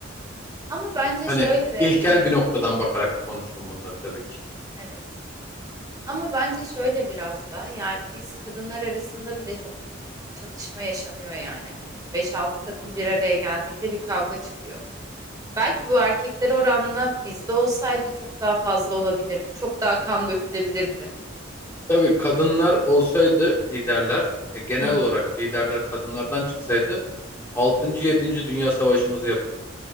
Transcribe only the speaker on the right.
Ama bence
şöyle de,
heh,
evet. Ama bence şöyle biraz da yani biz kadınlar arasında bile çok çatışma yaşanıyor yani hani beş altı kadın bir araya geldiğinde bir kavga çıkıyor. Belki bu erkekler oranla bizde olsaydı çok daha fazla olabilirdi. Çok daha kan dökülebilirdi.
Hı hı.